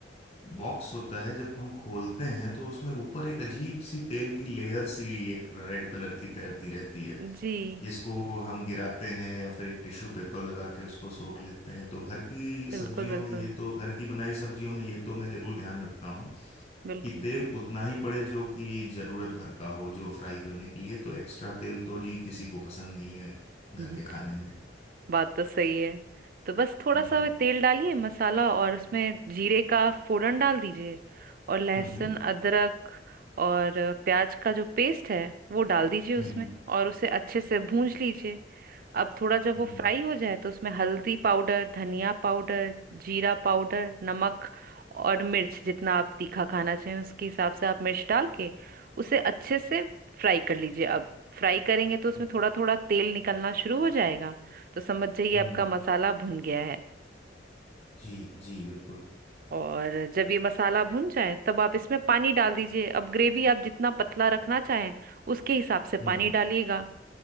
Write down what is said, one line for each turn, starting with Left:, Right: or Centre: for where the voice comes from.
Left: बॉक्स होता है जब हम खोलते हैं तो उसमें ऊपर एक अजीब सी तेल की लेयर सी एक रेड कलर की तैरती रहती है
Right: जी
Left: जिसको हम गिराते हैं या फिर एक टिश्यू पेपर लगा के उसको सोख लेते हैं तो घर की सब्जियों
Right: बिल्कुल बिल्कुल
Left: में ये तो घर की बनाई सब्जियों में ये तो मैं जरूर ध्यान रखता हूँ
Right: बिल्कुल
Left: कि तेल उतना ही पड़े जो कि जरूरत भर का हो जो फ्राई करने के लिए तो एक्स्ट्रा तेल तो जी किसी को पसंद नहीं है घर
Right: हम्म,
Left: के खाने में
Right: बात तो सही है तो बस थोड़ा
Left: हम्म
Right: सा वो तेल डालिए मसाला और उसमें जीरे का फोड़न डाल दीजिए और लहसुन
Left: हम्म हम्म
Right: अदरक और प्याज का जो पेस्ट है वो डाल दीजिए उसमें
Left: हम्म
Right: और उसे अच्छे से भूंज लीजिए अब थोड़ा जब
Left: हम्म
Right: वो फ्राई हो जाए तो उसमें हल्दी पाउडर धनिया पाउडर जीरा पाउडर नमक और मिर्च जितना आप तीखा खाना चाहें उसके हिसाब से आप मिर्च डाल के उसे अच्छे से फ्राई कर लीजिए अब फ्राई करेंगे तो उसमें
Left: हम्म,
Right: थोड़ा थोड़ा तेल निकलना शुरू हो जाएगा तो समझ जाइए
Left: हम्म,
Right: आपका मसाला भुन गया है
Left: जी जी बिल्कुल
Right: और जब ये मसाला भुन जाए तब आप इसमें पानी डाल दीजिए अब ग्रेवी आप जितना पतला रखना चाहें उसके हिसाब से
Left: हम्म
Right: पानी
Left: हम्म
Right: डालिएगा